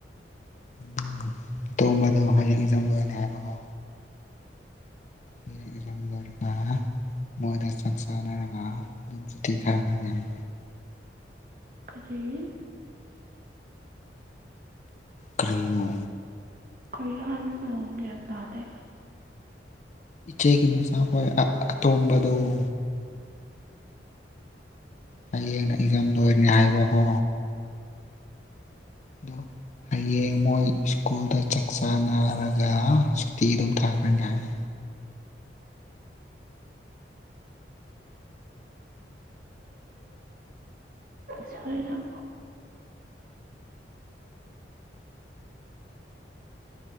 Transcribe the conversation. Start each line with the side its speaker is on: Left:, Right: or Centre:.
Left: ꯎꯝ ꯑꯇꯣꯝꯕꯗꯣ ꯍꯌꯦꯡ ꯏꯖꯝ ꯂ ꯑꯣꯏꯅ ꯍꯥꯏꯕꯀꯣ ꯍꯔ ꯍꯖꯝ ꯂꯣꯏꯔꯒ ꯃꯣꯏꯗ ꯆꯥꯛ ꯆꯥꯅꯔꯒ ꯑꯗꯨꯝꯁꯨꯨꯇꯤ ꯊꯥꯈ꯭ꯔ ꯌꯥꯏ
Right: ꯐꯔꯤ
Left: ꯀ꯭ꯔꯤꯅꯨ
Right: ꯀꯩ ꯍꯔꯃꯤꯅꯒꯗꯥꯗꯦ
Left: ꯏꯆꯦꯒꯤ ꯃꯆꯥꯈꯣꯏ ꯑꯇꯣꯝꯕꯗꯨ ꯎ ꯍꯌꯦꯡꯅ ꯑꯦꯛꯖꯥꯝ ꯂꯣꯏꯔꯅꯤ ꯍꯥꯏꯕꯀꯣ ꯑꯗꯣ ꯍꯌꯦꯡ ꯃꯣꯏ ꯁ꯭ꯀꯨꯜꯗ ꯆꯥꯛ ꯆꯥꯅꯔꯒ ꯁꯨꯇꯤ ꯑꯗꯨꯝ ꯊꯥꯈ꯭ꯔꯅꯤ ꯍꯥꯏ
Right: ꯁꯣꯏꯄꯣ